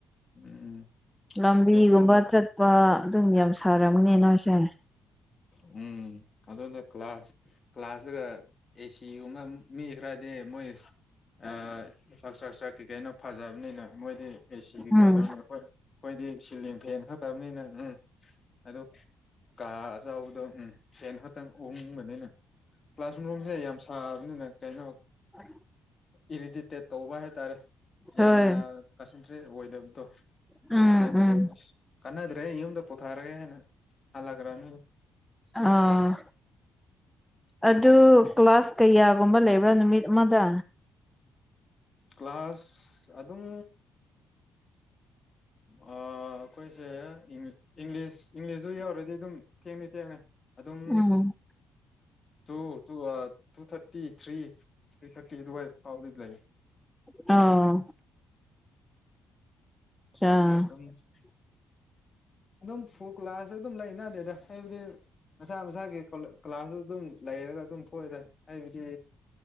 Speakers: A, on the left; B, in the centre.
A: ꯎꯝ
B: ꯂꯝꯕꯤꯒꯨꯝꯕ
A: ꯑꯗꯣ ꯆꯠꯂꯣ
B: ꯆꯠ ꯄ ꯑꯗꯨꯝ ꯌꯥꯝ ꯁꯥꯔꯝꯒꯅꯤ ꯅꯣꯏꯁꯦ
A: ꯎꯝ ꯑꯗꯨꯗꯣ ꯀ꯭ꯂꯥꯁ ꯀ꯭ꯂꯥꯁꯇꯒ ꯑꯦꯁꯤꯒꯨꯝꯕ ꯃꯤ ꯈꯔꯗꯤ ꯃꯣꯏ ꯏꯟꯐ꯭ꯔ ꯏꯁꯇ꯭ꯔꯛꯆꯔ ꯀꯩ ꯀꯩꯅꯣ ꯐꯖꯕꯅꯤꯅ ꯃꯣꯏꯗꯤ ꯑꯦꯁꯤꯒꯤ
B: ꯎꯝ
A: ꯀꯩꯅꯣꯅꯤ ꯑꯈꯣꯏ ꯑꯈꯣꯏꯗꯤ ꯁꯤꯂꯤꯡ ꯐꯦꯟ ꯈꯛꯇꯕꯅꯤꯅ ꯎꯝ ꯑꯗꯨ ꯀꯥ ꯑꯆꯥꯎꯕꯗꯣ ꯎꯝ ꯐꯦꯟ ꯈꯛꯇꯪ ꯎꯪꯕꯅꯤꯅ ꯀ꯭ꯂꯥꯁꯔꯨꯝꯁꯦ ꯌꯥꯝ ꯁꯥꯕꯅꯤꯅ ꯀꯩꯅꯣ
B: ꯎ
A: ꯏꯔꯤꯗꯤꯠꯇꯦꯠ ꯇꯧꯕ ꯍꯥꯏꯇꯥꯔꯦ
B: ꯍꯣꯏ
A: ꯌꯥꯝꯅ ꯀꯟꯁꯦꯟꯇ꯭ꯔꯦꯠ ꯑꯣꯏꯗꯕꯗꯣ
B: ꯎꯝ
A: ꯃꯥꯏ
B: ꯎꯝ
A: ꯇꯧꯋꯦ ꯀꯟꯅꯗ꯭ꯔꯦ ꯌꯨꯝꯗ ꯄꯨꯊꯔꯒꯦ ꯍꯥꯏꯅ ꯍꯜꯂꯛꯔꯅꯤ
B: ꯑꯥ ꯑꯗꯨ ꯀ꯭ꯂꯥꯁ ꯀꯩꯌꯥ ꯒꯨꯝꯕ ꯂꯩꯕꯔ ꯅꯨꯃꯤꯠ ꯑꯃꯗ
A: ꯀ꯭ꯂꯥꯁ ꯑꯗꯨꯝ ꯑꯥ ꯑꯩꯈꯣꯏꯁꯦ ꯏꯪꯂꯤꯁ ꯏꯪꯂꯤꯁꯁꯨ ꯌꯧꯔꯗꯤ ꯑꯗꯨꯝ ꯊꯦꯡꯉꯦ ꯊꯦꯡꯉꯦ ꯑꯗꯨꯝ
B: ꯎꯝ
A: ꯇꯨ ꯇꯨ ꯑꯥ two thirty three three thirty ꯑꯗꯨꯋꯥꯏ ꯐꯥꯎꯗꯤ ꯂꯩ
B: ꯑ ꯆꯥ
A: ꯝ <unintelligible>
B: <inaudible>
A: ꯑꯗꯨꯝ ꯐꯣ ꯀ꯭ꯂꯥꯁ ꯑꯗꯨꯝ ꯂꯩꯅꯗꯦꯗ ꯍꯥꯏꯕꯗꯤ ꯃꯁꯥ ꯃꯁꯥꯒꯤ ꯀ꯭ꯂꯥꯁꯇꯨ ꯑꯗꯨꯝ ꯂꯩꯔꯒ ꯑꯗꯨꯝ ꯊꯣꯛꯑꯦꯗꯥ ꯍꯥꯏꯕꯗꯤ